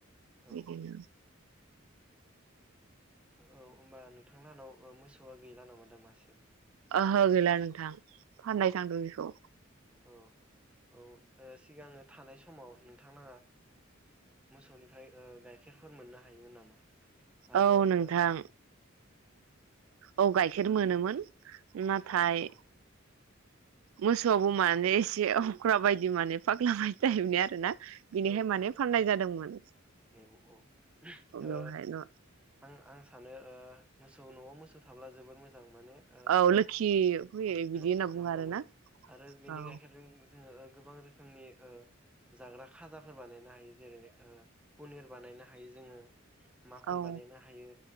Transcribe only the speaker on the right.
बिदिनो
ओहो गैला नोंथां। फाननाय
थांदों
बेखौ
औ नोंथां
औ गाइखेर मोनोमोन। नाथाय
मोसौआबो मानो एसे एसे अख्रा बायदि माने फाग्ला टाइपनि आरो ना बिनिहाय
माने
फाननाय
जादोंमोन
बेवहाय न
औ लोखि फैयो बिदि
होनना बुङो
आरोना
औ
औ